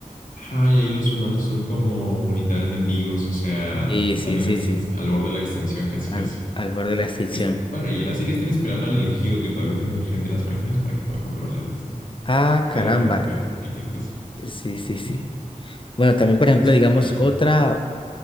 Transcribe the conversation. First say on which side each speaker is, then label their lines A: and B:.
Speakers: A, on the left (about 80°); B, on the left (about 40°).
A: Ajá, y ahí los humanos son como literal mendigos, o sea,
B: Y
A: están
B: sí,
A: en
B: sí,
A: extin-
B: sí.
A: al borde de la extinción casi
B: Al,
A: casi.
B: al borde de la extinción.
A: Es, bueno, y en la serie están esperando al elegido que todavía tenga el gen de las máquinas para que pueda controlarlas.
B: Ah,
A: Pero
B: caramba.
A: bueno, X cosa.
B: Sí, sí, sí.
A: <laughs>
B: Bueno, también, por ejemplo,
A: Es que
B: digamos,
A: se sabe ese
B: otra,
A: punto.